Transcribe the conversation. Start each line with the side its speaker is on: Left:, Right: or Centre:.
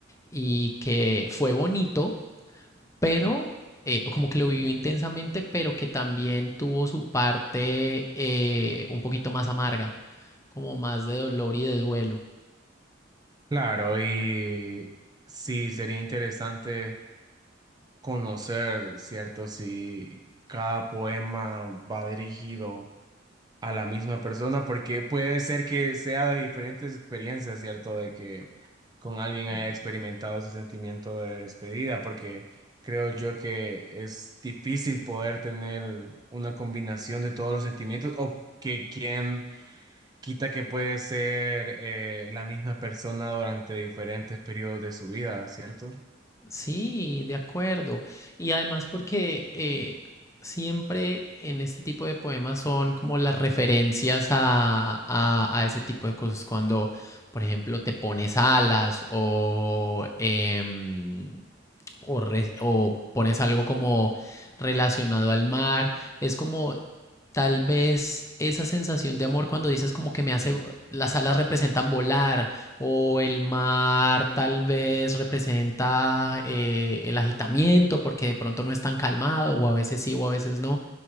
Left: y que fue bonito pero eh, como que lo vivió intensamente, pero que también tuvo su parte eh, un poquito más amarga, como más de dolor y de duelo.
Right: Claro, y sí, sería interesante conocer, ¿cierto? Si cada poema va dirigido a la misma persona, porque puede ser que sea de diferentes experiencias, ¿cierto? De que con alguien haya experimentado ese sentimiento de despedida, porque creo yo que es difícil poder tener una combinación de todos los sentimientos o que quien quita que puede ser eh, la misma persona durante diferentes periodos de su vida, ¿cierto?
Left: Sí, de acuerdo. Y además porque eh, siempre en este tipo de poemas son como las referencias a, a- a ese tipo de cosas. Cuando, por ejemplo, te pones alas o em, o, re, o pones algo como relacionado al mar. Es como tal vez esa sensación de amor cuando dices como que me hace, las alas representan volar o el mar tal vez representa eh, el agitamiento porque de pronto no es tan calmado o a veces sí o a veces no.